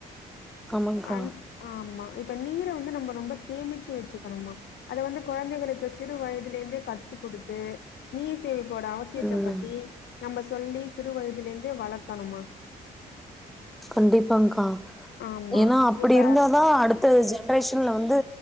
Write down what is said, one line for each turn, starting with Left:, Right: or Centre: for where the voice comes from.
Centre: ஆமாங்க்கா
Left: அன் ஆம்மா இப்ப நீர வந்து நம்ம ரொம்ப சேமிச்சு வச்சுக்கணுமா அத வந்து கொழந்தைகளுக் சிறு வயதுலந்தே கத்து கொடுத்து நீர் தே இப்ப ஓட அவசியத்த
Centre: ம்
Left: பத்தி நம்ப சொ சொல்லி சிறு வயதிலிந்தே வளக்கணுமா
Centre: கண்டிப்பாங்க்கா
Left: ஆமா
Centre: ஏனா அப்புடி
Left: இப்ப
Centre: இருந்தாதா அடுத்த ஜென்ரேஷன்ல வந்து